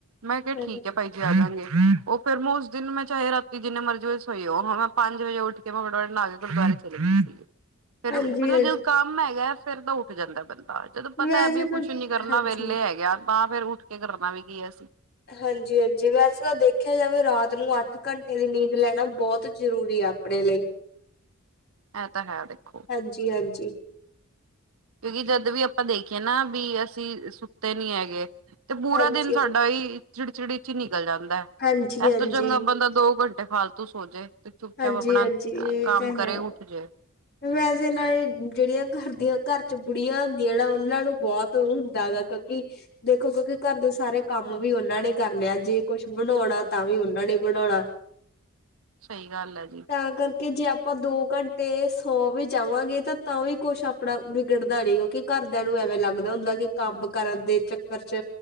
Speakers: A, on the right; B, on the left.
A: ਮੈਂ ਕਿਹਾ
B: ਹਾਂਜੀ
A: ਠੀਕ ਹੈ ਭਾਈ ਉਹ ਫੇਰ ਮੈਂ ਉਸ ਦਿਨ ਮੈਂ ਚਾਹੇ ਰਾਤੀ ਜਿੰਨੇ ਮਰਜ਼ੀ ਸ ਹੋਈ ਹੋ ਹਾਂ ਮੈਂ ਪੰਜ ਵਜੇ ਉੱਠ ਕੇ ਮੈਂ ਫਟਾਫਟ ਨਹਾ ਕੇ ਗੁਰਦੁਆਰੇ ਚਲੇ ਗਈ ਸੀਗੇ। ਫਿਰ
B: ਹਾਂਜੀ-ਹਾਂਜੀ
A: ਮਤਲਬ ਜਦ ਕੰਮ ਹੈਗਾ ਫੇਰ ਤਾਂ ਉੱਠ ਜਾਂਦਾ ਬੰਦਾ ਜਦੋਂ ਪਤਾ
B: ਵੈਸੇ
A: ਹੈ ਵੀ
B: ਤਾਂ
A: ਕੁੱਛ ਨੀ ਕਰਨਾ
B: ਹਾਂਜੀ
A: ਵਿਹਲੇ ਹੈਗੇ ਆ ਤਾਂ ਫੇਰ ਉੱਠ ਕੇ ਕਰਨਾ ਵੀ ਕੀ ਐ ਅਸੀ
B: ਹਾਂਜੀ-ਹਾਂਜੀ ਵੈਸੇ ਤਾਂ ਦੇਖ ਦੇਖਿਆ ਜਾਵੇ ਰਾਤ ਨੂੰ ਅੱਠ ਘੰਟੇ ਦੀ ਨੀਂਦ ਲੈਣਾ ਬਹੁਤ ਜ਼ਰੂਰੀ ਹੈ ਆਪਣੇ ਲਈ
A: ਇਹ ਤਾਂ ਹੈ, ਦੇਖੋ?
B: ਹਾਂਜੀ-ਹਾਂਜੀ।
A: ਕਿਉਂਕਿ ਜਦ ਵੀ ਆਪਾਂ ਦੇਖੀਏ ਨਾ ਵੀ ਅਸੀਂ ਸੁੱਤੇ ਨੀ ਹੈਗੇ ਤੇ ਪੂਰਾ
B: ਹਾਂਜੀ
A: ਦਿਨ ਸਾਡਾ ਹੀ ਚਿੜਚਿੜੀ ਚ ਹੀ ਨਿਕਲ ਜਾਂਦਾ।
B: ਹਾਂਜੀ
A: ਇਸ
B: ਹਾਂਜੀ
A: ਤੋਂ ਚੰਗਾ ਬੰਦਾ ਦੋ ਘੰਟੇ ਫਾਲਤੂ ਸੋਜੇ ਤੇ ਚੁੱਪਚਾਪ
B: ਹਾਂਜੀ-ਹਾਂਜੀ
A: ਆਪਣਾ
B: ਇਹ
A: ਕੰਮ
B: ਤਾਂ ਹੈ
A: ਕਰੇ ਉੱਠ ਜੇ
B: ਵੈਸੇ ਨਾਲ ਜਿਹੜੀਆਂ ਘਰ ਦੀਆਂ ਘਰ 'ਚ 'ਬੁੜੀਆਂ ਹੁੰਦੀਆਂ ਨਾ ਉਹਨਾਂ ਨੂੰ ਬਹੁਤ ਤੋਂ ਹੁੰਦਾ ਹੈ ਗਾ ਕਿਉਂਕਿ ਦੇਖੋ ਕਿਉਂਕਿ ਘਰ ਦੇ ਸਾਰੇ ਕੰਮ ਵੀ ਉਹਨਾਂ ਨੇ ਕਰ ਨੇ ਆ ਜੇ ਕੁਛ ਬਣਾਉਣਾ ਤਾਂ ਵੀ ਉਹਨਾਂ ਨੇ ਬਣਾਉਣਾ
A: ਸਹੀ ਗੱਲ ਹੈ ਜੀ।
B: ਤਾਂ ਕਰਕੇ ਜੇ ਆਪਾਂ ਦੋ ਘੰਟੇ ਤੇ ਸੌ ਵੀ ਜਾਵਾਂਗੇ ਤਾਂ-ਤਾਂ ਵੀ ਕੁਛ ਆਪਣਾ ਵਿਗੜਦਾ ਨੀ ਕਿਉਕਿ ਘਰਦਿਆਂ ਨੂੰ ਐਵੇਂ ਲੱਗਦਾ ਹੁੰਦਾ ਕਿ ਕੰਮ ਕਰਨ ਦੇ ਚੱਕਰ ਚ